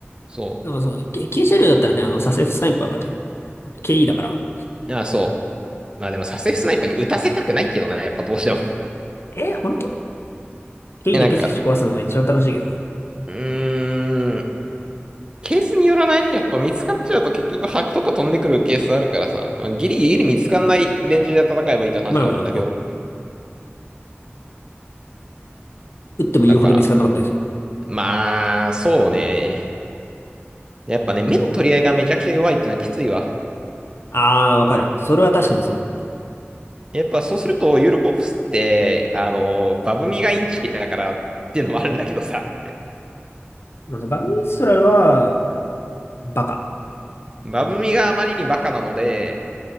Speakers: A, on the right; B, on the left.
A: そ
B: なんかその、け軽車両だったらね、あの、サセフスナイパーがね、KE だから。
A: う。ああ、そう。まあでも、サセフスナイパーに打たせたくないけどな、やっぱどうしても。
B: えー、本当
A: <laughs>
B: ?KE
A: え、
B: でペチペチ壊すのが一番楽しいけどな。
A: なんか、うーん、ケースによらないやっぱ見つかっちゃうと結局、白とか飛んでくるケースあるからさ、ギリギリ見つかんないレンジで戦えばいいって話はあるんだけど。
B: まあまあ、あの撃っても言うほど見つからなかったりする。
A: だから、まあ、そうね。やっぱね、目の取り合いがめちゃくちゃ弱いってのはきついわ。
B: あー、わかる。それは確かにそう。
A: やっぱそうすると、ユーロコープスって、あの、バブミがインチキだからっていうのもあるんだけどさ、
B: まあそバグミストラルは、バカ。
A: バブミがあまりにバカなので、